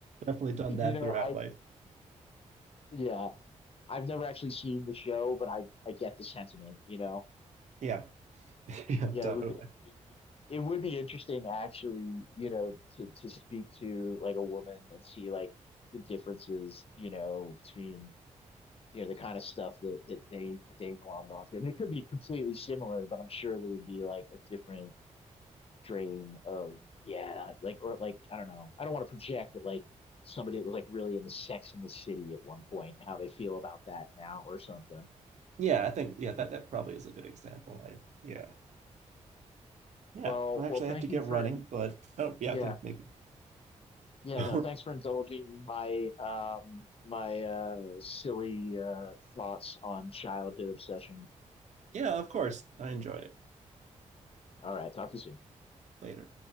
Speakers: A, on the right; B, on the left.
A: definitely done
B: You
A: that
B: know,
A: throughout
B: I
A: life.
B: yeah, I've never actually seen the show, but I I get the sentiment. You know,
A: Yeah, <laughs> yeah,
B: yeah,
A: definitely.
B: it would be. It would be interesting, actually, you know, to to speak to like a woman and see like the differences, you know, between you know the kind of stuff that that they that they glommed onto. they could be completely similar, but I'm sure there would be like a different strain of yeah, like or like I don't know. I don't want to project, but like somebody that was like really into Sex in the City at one point, and how they feel about that now or something.
A: Yeah, I think yeah that that probably is a good example. I yeah yeah.
B: Well,
A: Well, actually,
B: well, thank
A: I have to get
B: you for
A: running,
B: in,
A: but oh yeah,
B: yeah.
A: I think maybe
B: Yeah,
A: <laughs>
B: no, thanks for indulging my um my uh silly uh thoughts on childhood obsession.
A: yeah, of course, I enjoyed it
B: All right, talk to you soon.
A: later.